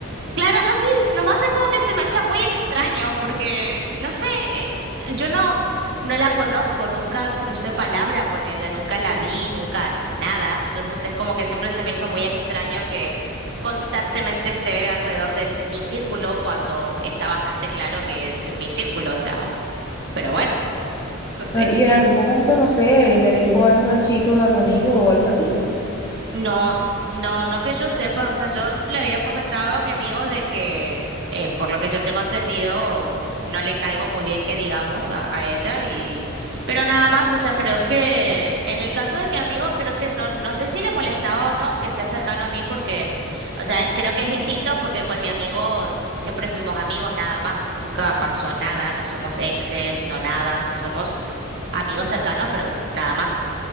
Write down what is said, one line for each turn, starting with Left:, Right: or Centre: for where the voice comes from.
Right: Claro, no, sí, nomás es como que se me hacía muy extraño porque, no sé, eh, yo no, no la conozco, nunca crucé palabra con ella, nunca la vi, nunca nada, entonces es como que siempre se me hizo muy extraño que constantemente esté alrededor de mi círculo cuando está bastante claro que es mi círculo, o sea, pero bueno, <laughs> no sé.
Left: Pero, y en algún momento, no sé, le dijo algo al chico, a tu amigo o algo así.
Right: No, no, no que yo sepa, o sea, yo le había comentado a mi amigo de que, eh, por lo que yo tengo entendido, no le caigo muy bien que digamos a, a ella y, pero nada más, o sea, creo que en el caso de mi amigo, creo que no, no sé si le molestaba o no que sea cercano a mí porque, o sea, creo que es distinto porque con mi amigo siempre fuimos amigos nada más, nunca pasó nada, no somos exes, no nada, o sea, somos amigos cercanos, pero nada más.